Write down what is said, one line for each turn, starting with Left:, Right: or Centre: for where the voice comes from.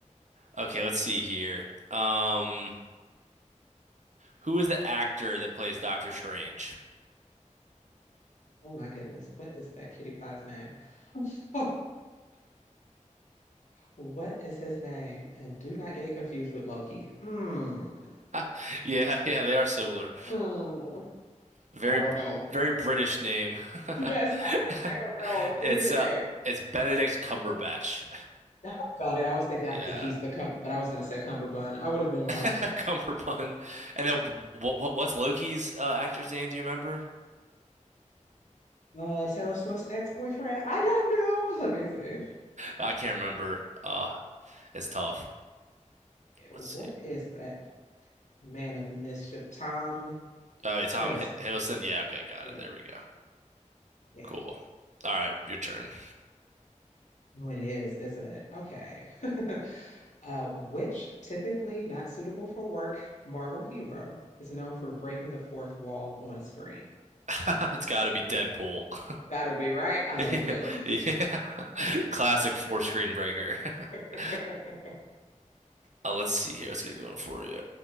Right: Okay, let's see here. Um, who is the actor that plays Doctor Strange?
Left: Oh my goodness, what is that cutie pie's name? <laughs> What is his name? And do not get it confused with Loki. Mm.
Right: <laughs> Yeah, yeah, they are similar.
Left: Mm.
Right: Very,
Left: I don't know.
Right: very British name. <laughs>
Left: Yes, I,
Right: <laughs>
Left: I don't know. Give
Right: It's
Left: me the
Right: uh
Left: name.
Right: it's Benedict Cumberbatch.
Left: Oh, got it. I was thinking, I
Right: Yeah.
Left: think he's the cum, but I was gonna say Cumberbund. I would have been wrong.
Right: <laughs> Cumberbun. And then what what what's Loki's uh, actor's name? Do you remember?
Left: Uh, Taylor Swift's ex-boyfriend. I don't know. <laughs> Let me see.
Right: I can't remember. Uh it's tough.
Left: Yeah, what
Right: Let's see.
Left: is that man of mischief? Tom
Right: Oh, yeah, Tom
Left: Hiddleston.
Right: Hi- Hiddleston. Yeah, okay, got
Left: Yeah.
Right: it. There we go.
Left: Yeah.
Right: Cool. All right, your turn.
Left: Oh, it is, isn't it? Okay. <laughs> Uh, which typically not suitable for work Marvel hero is known for breaking the fourth wall on screen?
Right: <laughs> It's got to be Deadpool. <laughs>
Left: Gotta be right. I love
Right: Yeah,
Left: him.
Right: yeah. <laughs> Classic four screen breaker.
Left: <laughs>
Right: <laughs> Uh, let's see here. Let's get a good one for you.